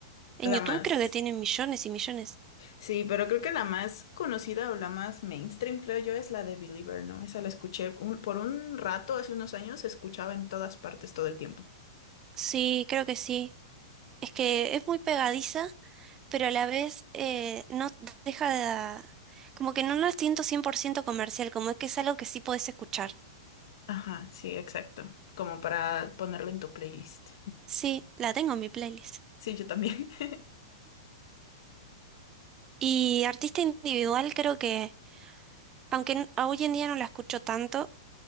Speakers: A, on the right (about 20°); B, on the left (about 65°).
A: en
B: la
A: YouTube
B: más...
A: creo que tienen millones y millones.
B: Sí, pero creo que la más conocida o la más mainstream, creo yo, es la de Believer, ¿no? Esa la escuché un- por un rato, hace unos años, se escuchaba en todas partes todo el tiempo.
A: Sí, creo que sí. Es que es muy pegadiza, pero a la vez eh, no deja de... Como que no la siento 100% comercial, como es que es algo que sí podés escuchar.
B: Ajá, sí, exacto. Como para ponerla en tu playlist.
A: Sí, la tengo en mi playlist.
B: Sí, yo también. <laughs>
A: Y artista individual creo que... Aunque n- a hoy en día no la escucho tanto,